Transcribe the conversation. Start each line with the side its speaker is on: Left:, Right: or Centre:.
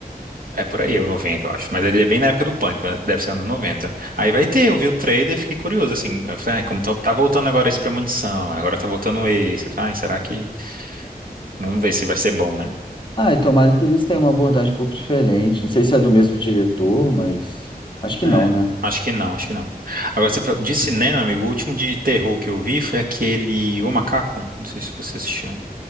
Right: É por aí, é o 90 eu acho. Mas ele é bem na época do Pânico, né? Deve ser anos noventa Aí vai ter, eu vi o trailer e fiquei curioso, assim. Eu falei, ai, como tá, tá voltando agora esse Premonição, agora tá voltando esse. Eu falei, ai, será que. Vamos ver se vai ser bom, né?
Left: Ah, e tomara que eles tenham uma abordagem um pouco diferente. Não sei se é do mesmo diretor, mas acho que
Right: É,
Left: não, né?
Right: acho que não, acho que não. Agora, você fa- de cinema, amigo, o último de terror que eu vi foi aquele O Macaco. Não sei se você assistiu.